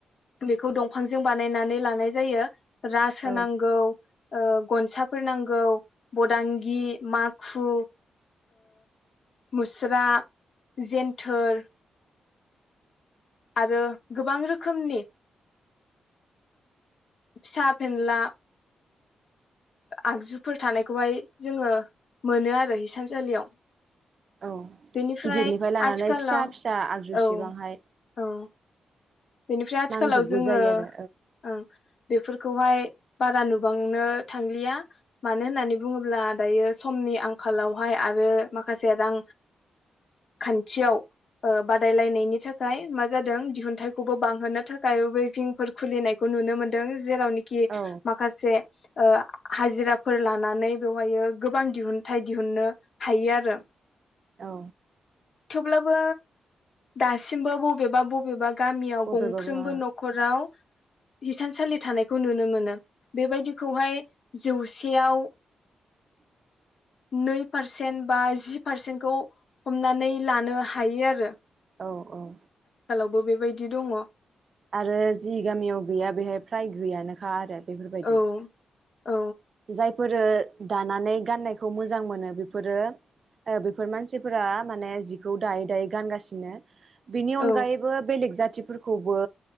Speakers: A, on the left; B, on the right.
A: बेखौ दंफांजों बानायनानै लानाय जायो रासो होन
B: औ
A: नांगौ गनसाफोर नांगौ बदां गि माखु मुस्रा जेनथोर आरो गोबां रोखोमनि फिसा फेनला आगजुफोर थानायखौहाय जों मोनो आरो हिसानसालियाव
B: औ
A: बेनिफ्राय
B: गिदिरनिफ्राय लानानै
A: आथिखालाव
B: फिसा फिसा आगजुसिबांहाय
A: औ औ बेनिफ्राय आथिखालाव
B: नांजोबगौ
A: जों
B: जायो आरो
A: ओ बेफोरखौहाय बारा नुबांनो थांलिया मानो होननानै बुङोब्ला दायो समनि नि आंखालावहाय आरो माखासे रां खान्थियाव ओ बादायलायनायनि थाखाय मा जादों दिहुनथाइ खौबो बांहोनो थाखाय वेभिंफोर खुलिनायखौ नुनो मोनदों जेरावनोखि
B: औ
A: माखासे ओ हाजिराफोर लानानै बेवहायो गोबां दिहुनथाइ दिहुननो हायो आरो
B: औ
A: थेवब्लाबो दासिमबो बबेबा बबेबा गामिआव
B: बबेबाबा
A: गंफ्रोमबो न'खराव हिसानसालि थानायखौ नुनो मोनो बेबायदिखौहाय जौसेयाव
B: <inaudible>
A: नै पारसेन्ट बा जि पारसेन्टखौ हमनानै लानो हायो आरो
B: औ औ
A: बो बेबायदि दं
B: आरो जि गामियाव गैया बेहाइ फ्राय गैयानोखा आरो बेफोरबायदि
A: औ औ
B: जायफोरो दानानै गाननायखौ मोजां मोनो बेफोरो ओ बेफोर मानसिफोरा माने जिखौ दायै दायै गानगासिनो बेनि
A: औ
B: अनगायैबो बेलेग जाथि फोरखौबो